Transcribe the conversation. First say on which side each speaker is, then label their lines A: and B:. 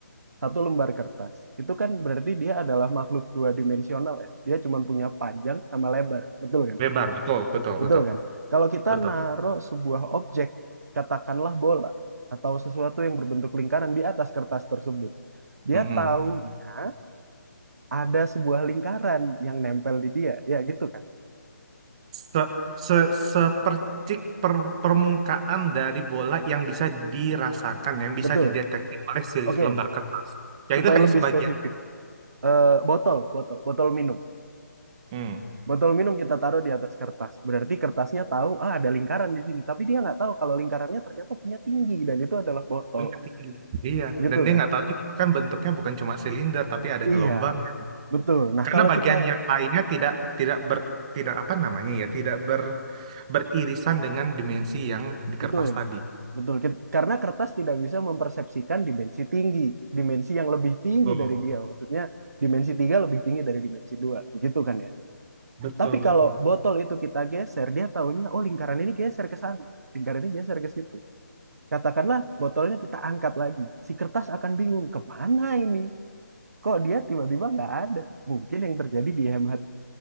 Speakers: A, on the right; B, on the right.
A: satu lembar kertas. Itu kan berarti dia adalah makhluk dua dimensional ya. Dia cuma punya panjang sama lebar, betul kan?
B: Lebar, betul, betul,
A: Betul
B: betul,
A: kan? Kalau kita
B: betul.
A: naruh sebuah objek, katakanlah bola atau sesuatu yang berbentuk lingkaran di atas kertas tersebut, dia
B: Mm-mm.
A: taunya ada sebuah lingkaran yang nempel di dia, ya gitu kan?
B: se, se, sepercik per- permukaan dari bola yang bisa dirasakan, yang bisa
A: Betul.
B: dideteksi oleh si
A: Oke,
B: lembar kertas. Yang
A: supaya
B: itu hanya
A: lebih
B: sebagian.
A: spesifik, eh, botol, botol, botol minum.
B: Hmm.
A: Botol minum kita taruh di atas kertas. Berarti kertasnya tahu, ah ada lingkaran di sini. Tapi dia nggak tahu kalau lingkarannya ternyata punya tinggi dan itu adalah botol.
B: punya tinggi. Iya,
A: Gitu
B: dan dia
A: kan?
B: nggak tahu juga kan bentuknya bukan cuma silinder tapi ada
A: Iya,
B: gelombang.
A: betul. Nah,
B: Karena
A: kalau
B: bagian
A: kita
B: yang lainnya tidak tidak ber tidak apa namanya ya, tidak ber beririsan dengan dimensi yang di
A: Betul,
B: kertas tadi.
A: betul. Kit- Karena kertas tidak bisa mempersepsikan dimensi tinggi, dimensi yang lebih tinggi
B: Oh,
A: dari dia. Maksudnya dimensi tiga lebih tinggi dari dimensi dua, begitu kan ya?
B: betul
A: Tapi
B: betul.
A: kalau botol itu kita geser, dia taunya, oh lingkaran ini geser ke sana, lingkaran ini geser ke situ. Katakanlah botolnya kita angkat lagi, si kertas akan bingung kemana ini? Kok dia tiba-tiba nggak ada? Mungkin yang terjadi di MH